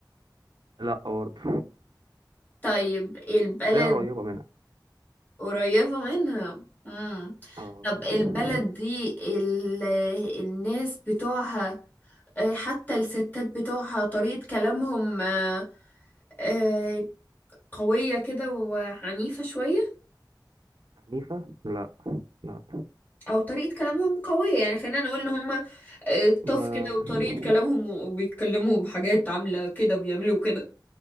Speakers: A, on the right; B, on the left.
A: لا برضه
B: طيب البلد
A: بس هي قريبة منها
B: قريبة منها مم.
A: آه.
B: طب البلد دي ال... الناس بتوعها آه، حتى الستات بتوعها طريقة كلامهم آه، آه، قوية كده وعنيفة شوية
A: عنيفة لا لا
B: أو طريقة كلامهم قوية يعني خلينا نقول إن هما آه،
A: ما
B: طف كده وطريقة كلامهم وبيتكلموا بحاجات عاملة كده بيعملوا كده